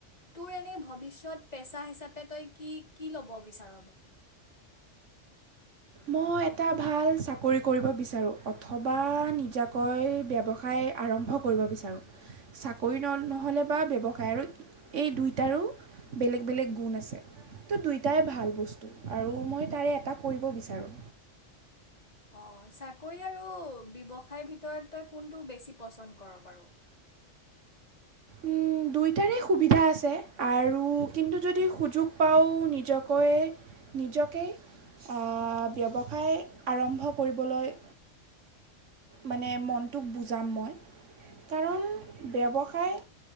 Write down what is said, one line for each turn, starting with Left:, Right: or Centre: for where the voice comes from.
Left: তোৰ এনেই ভৱিষ্যত পেচা হিচাপে তই কি কি ল'ব বিচাৰ মোক?
Right: মই এটা ভাল চাকৰি কৰিব বিচাৰোঁ অথবা নিজাকৈ ব্যৱসায় আৰম্ভ কৰিব বিচাৰোঁ, চাকৰি ন নহ'লে বা ব্যৱসায় আৰু ই এই দুইটাৰো বেলেগ - বেলেগ গুণ আছে। তোৰ দুইটাই ভাল বস্তু আৰু মই তাৰে এটা কৰিব বিচাৰোঁ।
Left: অঁ চাকৰি আৰু ব্যৱসায়ৰ ভিতৰত তই কোনটো বেছি পচন্দ কৰ বাৰু? <inaudible>
Right: উম, দুয়োটাৰে সুবিধা আছে আৰু কিন্তু যদি সুযোগ পাওঁ নিজকৈ নিজকে অ ব্যৱসায় আৰম্ভ কৰিবলৈ মানে মনটোক বুজাম মই কাৰণ ব্যৱসায়